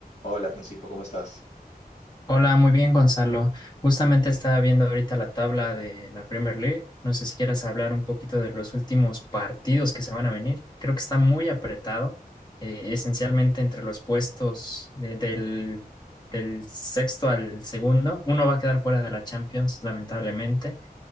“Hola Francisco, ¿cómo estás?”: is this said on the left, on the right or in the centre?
Left